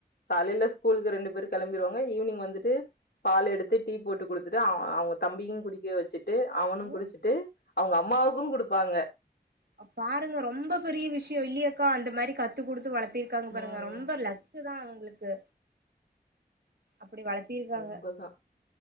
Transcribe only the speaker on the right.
ஓ
அ பாருங்க ரொம்ப பெரிய விஷ்யோ இல்லயாக்கா அந்த மாரி கத்து குடுத்து வளத் திருக்காங்க பாருங்க
ரொம்ப லக்குதா அவுங்களுக்கு அப்டி வளத்திருக்காங்க.